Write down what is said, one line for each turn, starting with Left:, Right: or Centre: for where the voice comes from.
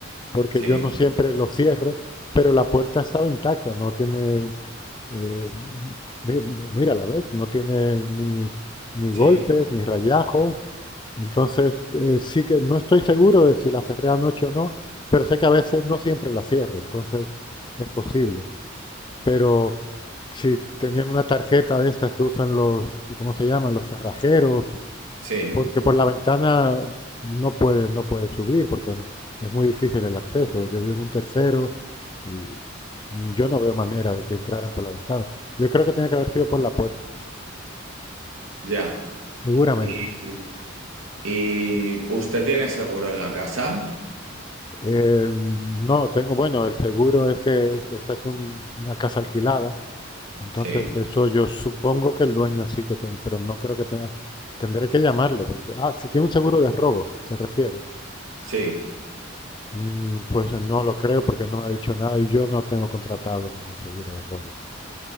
Left: porque
Right: Sí,
Left: yo no siempre lo cierro, pero la puerta estaba intacta, no tiene, eh, mi- mi- mira, la ves, no tiene ni, ni golpes,
Right: sí,
Left: ni rayajos. Entonces, eh, sí que no estoy seguro de si la cerré anoche o no, pero sé que a veces no siempre la cierro, entonces es posible. Pero si tenían una tarjeta de estas que usan los, ¿cómo se llaman? Los cerrajeros,
Right: sí,
Left: porque por la ventana no puede, no puede subir, porque es muy difícil el acceso. Yo vivo en un tercero y yo no veo manera de que entraran por la ventana. Yo creo que tenía que haber sido por la puerta,
Right: ya.
Left: seguramente.
Right: ¿Y, y usted tiene seguro en la casa?
Left: Eh, no, tengo, bueno, el seguro es que es- esta es un- una casa alquilada Entonces,
Right: Sí,
Left: eso yo supongo que el dueño sí que tiene, pero no creo que tenga, tendré que llamarle porque, ah, si tiene un seguro de robos, se refiere.
Right: sí,
Left: Mm, pues no lo creo porque no me ha dicho nada y yo no tengo contratado ningún seguro de robo.